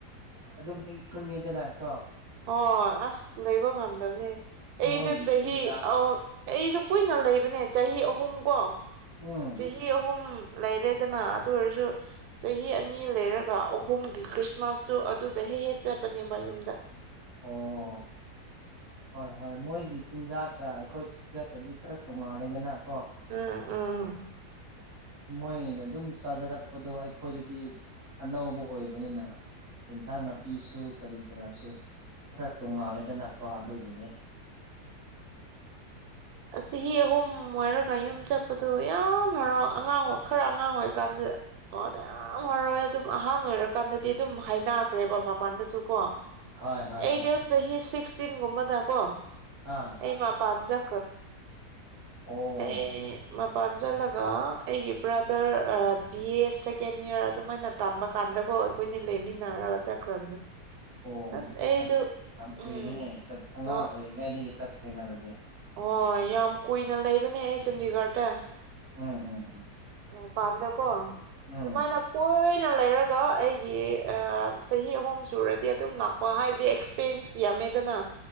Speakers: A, on the right (about 35°); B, on the right (about 75°).
A: ꯑꯗꯨꯝ ꯅꯤꯡꯁꯤꯡꯉꯤꯗꯅ ꯀꯣ
B: ꯑꯣ ꯑꯁ ꯂꯩꯕ ꯉꯝꯗꯅꯤ ꯑꯩꯁꯨ
A: ꯃꯣꯏꯒꯤ
B: ꯆꯍꯤ
A: ꯆꯤꯟꯖꯥꯛ
B: ꯑꯍ ꯑꯩꯁꯨ ꯀꯨꯏꯅ ꯂꯩꯕꯅꯦ ꯆꯍꯤ ꯑꯍꯨꯝ ꯀꯣ
A: ꯎꯝ
B: ꯆꯍꯤ ꯑꯍꯨꯝ ꯂꯩꯔꯦꯗꯅ ꯑꯗꯨ ꯑꯣꯏꯔꯁꯨ ꯆꯍꯤ ꯑꯅꯤ ꯂꯩꯔꯒ ꯑꯍꯨꯝꯒꯤ ꯈ꯭ꯔꯤꯁꯃꯥꯁꯇꯨ ꯑꯗꯨꯗ ꯍꯦꯛ ꯍꯦ ꯆꯠꯄꯅꯦꯕ ꯌꯨꯝꯗ
A: ꯑꯣ ꯍꯣꯏ ꯍꯣꯏ ꯃꯣꯏꯒꯤ ꯆꯤꯟꯖꯥꯛꯀ ꯑꯩꯈꯣꯏ ꯆꯤꯟꯖꯥꯛꯇꯗꯤ ꯈꯔ ꯇꯣꯡꯉꯥꯜꯂꯦꯗꯅꯪ
B: ꯑꯝ ꯑꯝ
A: ꯃꯣꯏꯅ ꯑꯗꯨꯝ ꯆꯥꯖꯔꯛꯄꯗꯣ ꯑꯩꯈꯣꯏꯗꯗꯤ ꯑꯅꯧꯕ ꯑꯣꯏꯕꯅꯤꯅ ꯏꯟꯁꯥꯡ ꯅꯥꯄꯤꯁꯨ ꯀꯔꯤ ꯀꯔꯥꯁꯨ ꯈꯔ ꯇꯣꯉꯥꯜꯂꯗꯅꯀꯣ ꯑꯗꯨꯒꯤꯅꯦ
B: ꯆꯍꯤ ꯑꯍꯨꯝ ꯑꯣꯏꯔꯒ ꯑꯨꯝ ꯆꯠꯄꯗꯣ ꯌꯥꯝ ꯍꯔ ꯑꯉꯥꯡ ꯈꯔ ꯑꯉꯥꯡ ꯑꯣꯏꯔꯤ ꯀꯥꯟꯗ ꯑꯣ ꯌꯥꯝ ꯍꯔꯥꯎꯋꯦ ꯑꯗꯨꯝ ꯑꯍꯥꯟ ꯑꯣꯏꯔ ꯀꯥꯟꯗꯗꯤ ꯑꯗꯨꯝ ꯍꯥꯏ ꯅꯥꯈ꯭ꯔꯦꯕ ꯃꯄꯥꯟꯗꯁꯨ ꯀꯣ
A: ꯍꯣꯏ ꯍꯣꯏ
B: ꯑꯩꯗꯤ
A: ꯍꯣꯏ
B: ꯆꯍꯤ ꯁꯤꯛꯁꯇꯤꯟꯒꯨꯝꯕꯗ ꯀꯣ
A: ꯑꯥ
B: ꯑꯩ ꯃꯄꯥꯟ ꯆ
A: ꯑꯣ
B: ꯑꯦ <unintelligible> ꯄꯥꯟꯁꯤꯜꯂꯒ ꯑꯩꯒꯤ brother B A second year ꯑꯗꯨꯃꯥꯏꯅ ꯇꯝꯕ ꯀꯥꯟꯗꯒ ꯑꯣ ꯑꯩꯈꯣꯏꯅꯤ ꯂꯩꯃꯤꯟꯅꯔꯒ ꯆꯠꯈ꯭ꯔꯕꯅꯦ
A: ꯑꯣ ꯑꯗꯨꯗꯤ
B: ꯑꯁ ꯑꯩꯗꯣ
A: ꯅꯪ ꯌꯥꯝ ꯀꯨꯏꯔꯅꯦ
B: ꯎꯝ
A: ꯑꯉꯥꯡ
B: ꯍꯣꯏ
A: ꯑꯣꯏꯔꯤꯉꯩꯗꯒꯤ ꯆꯠꯈ꯭ꯔꯦꯅ ꯑꯗꯨꯗꯤ
B: ꯍꯣꯏ ꯌꯥꯝ ꯀꯨꯏꯅ ꯂꯩꯕꯅꯦ ꯑꯩ ꯆꯥꯟꯗꯤꯒꯔꯗ
A: ꯎꯝ ꯎꯝ ꯎꯝ
B: ꯑꯣ ꯄꯥꯝꯗꯦꯀꯣ
A: ꯎꯝ
B: ꯑꯗꯨꯃꯥꯏꯅ ꯀꯣꯏ ꯑꯩꯅ ꯂꯩꯔꯒ ꯑꯩꯒꯤ ꯆꯍꯤ ꯑꯍꯨꯝ ꯁꯨꯔꯗꯤ ꯑꯗꯨꯝ ꯂꯥꯛꯄ ꯍꯥꯏꯕꯗꯤ ꯑꯦꯛꯁꯄꯦꯟꯁ ꯌꯥꯝ ꯃꯦꯗꯅ